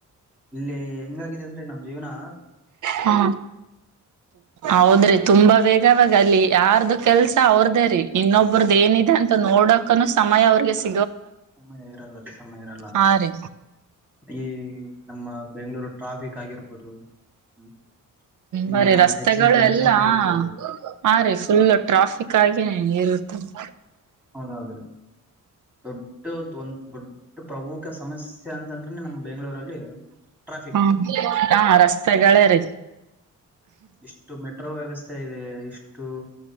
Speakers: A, in the centre; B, on the right.
A: ಇಲ್ಲಿ ಹೆಂಗಾಗಿದೆ ಅಂದ್ರೆ ನಮ್ ಜೀವನಾತ್.
B: ಹಾ ಹೌದ್ರಿ ತುಂಬಾ ಬೇಗವಾಗಿ ಅಲ್ಲಿ ಯಾರ್ದು ಕೆಲ್ಸ ಅವ್ರದೇ ರೀ. ಇನ್ನೊಬ್ರದ
A: ಹಾ
B: ಎನ್ ಇದೆ ಅಂತಾ ನೋಡಕ್. ಕನ್ನು ಸಮಯ ಅವರ್ಗೆ ಸಿಕ್
A: ಅಮ್ಮಯ ಇರಲ್ಲ ರಮ್ಮಯ ಇರಲ್ಲ
B: ಹಾ ರೀ
A: ಈ ನಮ್ಮ ಬೆಂಗ್ಗಳೂರು ಟ್ರಾಫಿಕ್ ಆಗಿರ್ಬೋದು ಹ್ಮ್, ಇಲ್ಲಿನ
B: ಬರಿ ರಸ್ತೆಗಳು
A: ಹೆಚ್ಚಿನ ಜನಸಂಖ್ಯೆ
B: ಎಲ್ಲಾ
A: ಆಗಿರ್ಬೋದ್ರಿ
B: ಹಾ ಹ ರೀ ಫುಲ್ ಟ್ರಾಫಿಕ್. ತ್ತಗಿ ಇರುತ್ತಲ
A: ಹೌದೌದ್ರಿ ದೊಡ್ಡ ಒಂದ ದೊಡ್ಡ ಪ್ರಮುಖ ಸಮಸ್ಯೆ ಅಂತಂದ್ರ ನಮ್ಮ್ ಬೆಂಗ್ಳೂರಲ್ಲಿ ಟ್ರಾಫಿಕ್
B: ಹಾ
A: ರೀ.
B: ಹಾ ರಸ್ತೆಗಳೇ ರೀ
A: ಇಷ್ಟು ಮೆಟ್ರೋ ವ್ಯವ ಸ್ಥೆ ಇದೆ ಇಷ್ ಟು